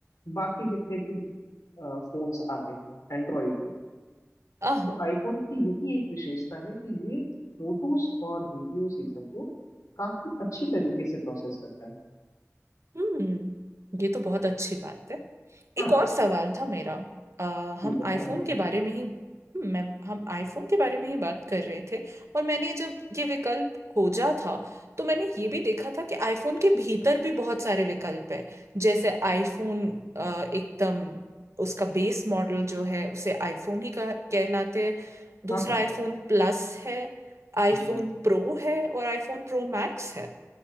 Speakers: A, on the left; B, on the right.
A: बाकी जितने भी फोन्स आते हैं एंड्रॉइड के
B: हम्म
A: तो आईफोन की यही एक विशेषता है कि ये फोटोज और वीडियोस ये सब को काफी अच्छी तरीके से प्रोसेस करता है
B: हम्म ये तो बहुत अच्छी बात है
A: हाँ
B: एक और सवाल था मेरा आ,
A: जी
B: हम
A: बताएं
B: आईफोन
A: बताएं
B: के बारे में ही हम्म, मैं हम आईफोन के बारे में ही बात कर रहे थे और मैंने जब ये विकल्प खोजा था तो मैंने ये भी देखा था कि आईफोन के भीतर भी बहुत सारे विकल्प हैं जैसे आईफोन अ, एकदम उसका बेस मॉडल जो है उसे आईफोन ही कह, कहलाते हैं दूसरा
A: हाँ हाँ
B: आईफोन प्लस है आईफोन
A: जी
B: प्रो है और आईफोन प्रो मैक्स है